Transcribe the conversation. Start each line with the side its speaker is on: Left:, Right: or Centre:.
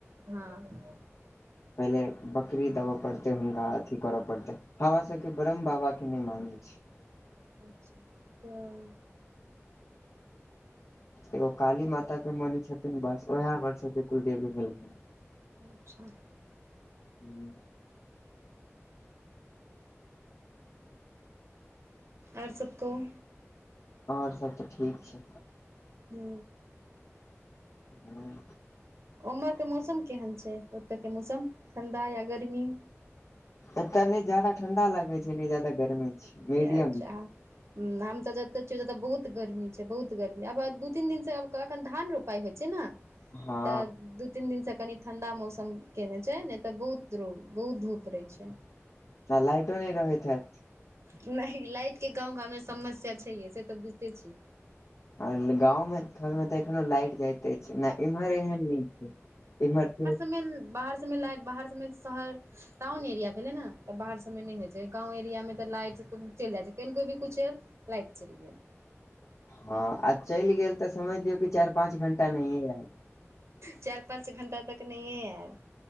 Right: हँ
Left: पहिले बकरी देबय पड़तै हुनका अथी करय पड़तै हमर सबके ब्रह्म बाबा के नहि मानै छी
Right: अच्छा तऽ
Left: एगो काली माता के मन छेथिन बस उएह मे छेथिन कुलदेवी बनिके
Right: अच्छा
Left: हूँ
Right: आउर सब कहु
Left: आउर सब तऽ ठीक छै
Right: हू
Left: हॅं
Right: उमहर के मौसम केहन छै ओतय के मौसम ठण्डा या गर्मी
Left: एतऽ नहि ज्यादाा ठंडा लगै छै नहि ज्यादा गर्मी छै मीडियम
Right: अच्छा हम तऽ जते <unintelligible> जऽ बहुत गर्मी छै बहुत गर्मी अब दू तीन दिन से अखन धान रो पाय हो छै ने
Left: हँ
Right: तऽ दू तीन दिनसँ कनि ठण्डा मौसम केने छै नहि तऽ बहुत द्रू बहुत धूप रहै छै
Left: न लाइटो नहि रहैत हेत
Right: नहि लाइट के गाँंव घरमे समस्या छै ये से तऽ बुझिते छीये
Left: अल गांव घर में तऽ एखनो लाइट जाय अइछ नहि इमहर एहन नीक छै इमहर त
Right: मेन <unintelligible> बाहर सभमे लाइट बाहर सभमे शहर टाउन एरिया भेलै ने तऽ बाहर सभमे नहि होइ छै गाँव एरिया मे तऽ लाइट चलि जाइ छै कनिको भी कुछ लाइट चलि गेल
Left: हँ आ चलि गेल तऽ समझलियौ कि चारि पाँंच घंटा नहिये
Right: चारि पाँच घण्टा तक नहिए आयल